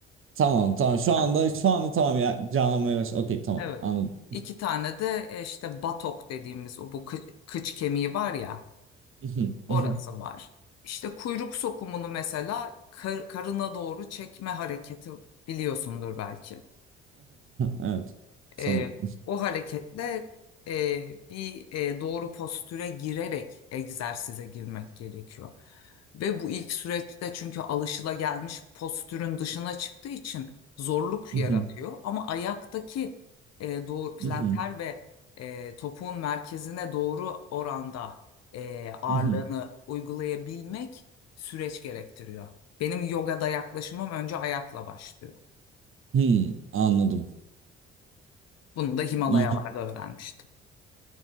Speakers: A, on the right; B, on the left.
A: Tamam, tamam. Şu anda
B: Ha,
A: şu anda tamam ya. Canlanmaya baş. Okey, tamam.
B: evet.
A: Anladım.
B: İki tane de e, işte batok dediğimiz o bu kı- kıç kemiği var ya
A: <laughs>
B: orası var. İşte kuyruk sokumunu mesela kar- karına doğru çekme hareketi biliyorsundur belki.
A: Evet. Sanırım.
B: E, o hareketle e, bir e, doğru postüre girerek egzersize girmek gerekiyor. Ve bu ilk süreçte çünkü alışılagelmiş postürün dışına çıktığı için zorluk
A: Mhm,
B: yaratıyor. Ama ayaktaki e, doğru planter
A: mhm,
B: ve e, topuğun merkezine doğru oranda e, ağırlığını
A: mhm.
B: uygulayabilmek süreç gerektiriyor. Benim yogada yaklaşımım önce ayakla başlıyor.
A: Hmm, anladım.
B: Bunu da Himalayalarda
A: İlgi,
B: öğrenmiştim.